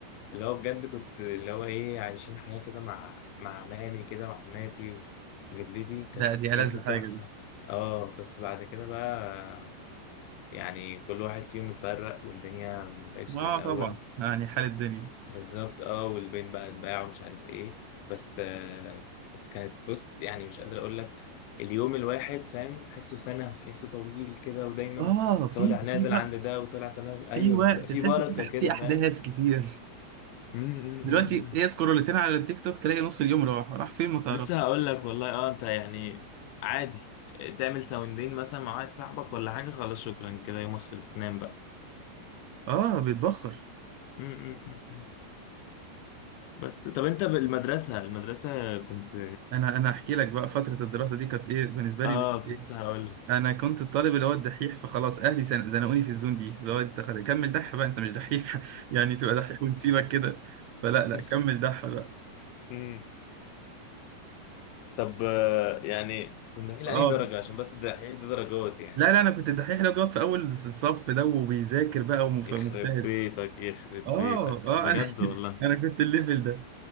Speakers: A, on the left; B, on the right.
A: اللي هو بجد كنت اللي هو ايه عايشين حياة كده مع مع عمامي كده وعماتي وجدتي كانت
B: لا دي
A: بجد
B: ألذ حاجه
A: تحفة
B: دي
A: اه بس بعد كده بقى يعني كل واحد فيهم اتفرق والدنيا مبقتش
B: اه
A: زي الأول
B: طبعا يعني حال الدنيا
A: بالظبط اه والبيت بقى اتباع ومش عارف ايه بس آه بس كانت بص يعني مش قادر أقول لك اليوم الواحد فاهم تحسه سنة وتحسه طويل كده ودايما
B: اه في
A: طالع نازل
B: في وقت
A: عند ده وطالع نازل أيوه
B: في وقت
A: بس في
B: تحس
A: بركة
B: في أح-
A: كده
B: في احداث
A: فاهم
B: كتير
A: أمم، أمم،
B: دلوقتي
A: أمم.
B: هي سكرولتين على التيك توك تلاقي نص اليوم راح راح فين ما تعرف
A: لسه هقول لك والله اه انت يعني عادي تعمل ساوندين مثلا مع واحد صاحبك ولا حاجة خلاص شكرا كده يومك خلص نام بقى
B: اه بيتبخر
A: م- م- م- م. بس طب انت بالمدرسة المدرسة كنت
B: انا انا احكي لك بقى فتره الدراسه دي كانت ايه بالنسبه لي
A: اه
B: مش
A: كنت
B: إيه.
A: لسه هقول لك
B: انا كنت الطالب اللي هو الدحيح فخلاص اهلي زن- زنقوني في الزون دي اللي هو انت خد- كمل دح بقى انت مش دحيح <laughs> يعني تبقى دحيح ونسيبك كده فلا لا
A: <laughs>
B: كمل دح بقى
A: م. طب آه، يعني كنا دحيح لأني
B: اه
A: درجة عشان بس الدحيح ده درجات يعني
B: لا لا انا كنت الدحيح اللي هو بيقعد في اول الصف ده وبيذاكر بقى ومف-
A: يخرب
B: ومجتهد
A: بيتك يخرب
B: اه
A: بيتك
B: اه
A: بجد
B: انا <laughs>
A: والله
B: انا كنت الليفل ده